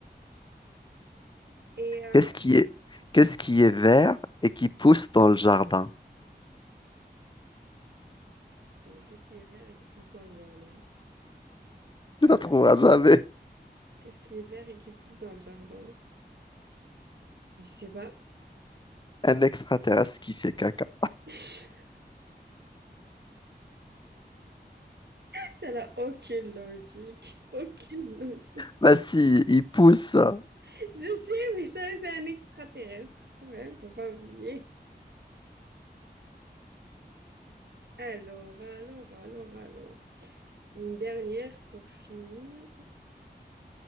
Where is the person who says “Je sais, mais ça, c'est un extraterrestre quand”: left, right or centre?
Right